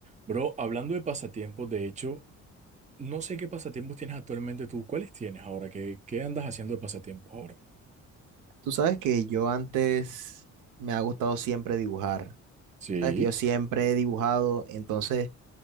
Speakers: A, on the right; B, on the right.
A: Bro, hablando de pasatiempos, de hecho, no sé qué pasatiempos tienes actualmente tú. ¿Cuáles tienes ahora? ¿Qué, qué andas haciendo de pasatiempos ahora?
B: Tú sabes que yo antes me ha gustado siempre dibujar.
A: Sí.
B: Sabes que yo siempre he dibujado, entonces